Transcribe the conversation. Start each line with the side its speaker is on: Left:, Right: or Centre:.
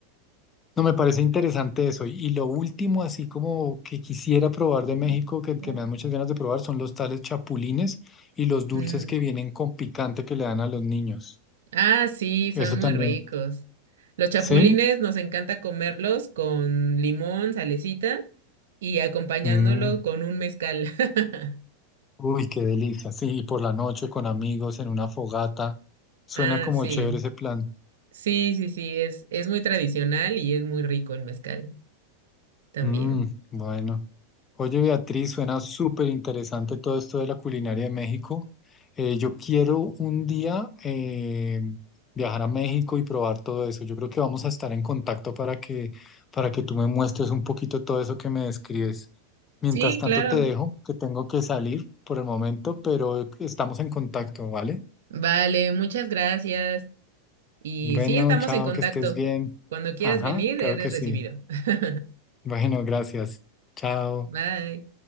Left: No, me parece interesante eso. Y lo último, así como que quisiera probar de
Right: Mm,
Left: México, que,
Right: mm.
Left: que me dan muchas ganas de probar, son los tales chapulines y los dulces
Right: Mm.
Left: que vienen con picante que le dan a los niños.
Right: Ah, sí,
Left: Eso
Right: son
Left: también.
Right: muy ricos. Los chapulines
Left: ¿Sí?
Right: nos encanta comerlos con limón, salecita y acompañándolo
Left: Mm,
Right: con un mezcal. <laughs>
Left: Uy, qué delicia. Sí, y por la noche con amigos en una fogata. Suena
Right: Ah,
Left: como
Right: sí.
Left: chévere ese plan.
Right: Sí, sí, sí, es, es muy tradicional y es muy rico el mezcal también.
Left: Mm, bueno. Oye, Beatriz, suena súper interesante todo esto de la culinaria de México. Eh, yo quiero un día eh, viajar a México y probar todo eso. Yo creo que vamos a estar en contacto para que, para que tú me muestres un poquito todo eso que me describes. Mientras
Right: Sí,
Left: tanto,
Right: claro.
Left: te dejo, que tengo que salir por el momento, pero estamos en contacto, ¿vale?
Right: Vale, muchas gracias. Y
Left: Bueno,
Right: sí, estamos
Left: chao,
Right: en contacto.
Left: que estés bien.
Right: Cuando quieras
Left: Ajá,
Right: venir,
Left: claro
Right: eres
Left: que sí.
Right: recibido. <laughs>
Left: Bueno, gracias. Chao.
Right: Bye.